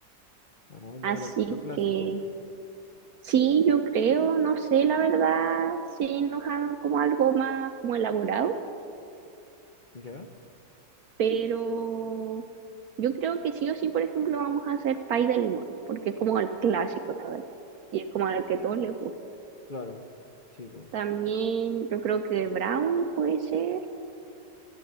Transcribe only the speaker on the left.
Ah, ya,
lo, lo clásico.
¿Ya?
Claro, sí, pues.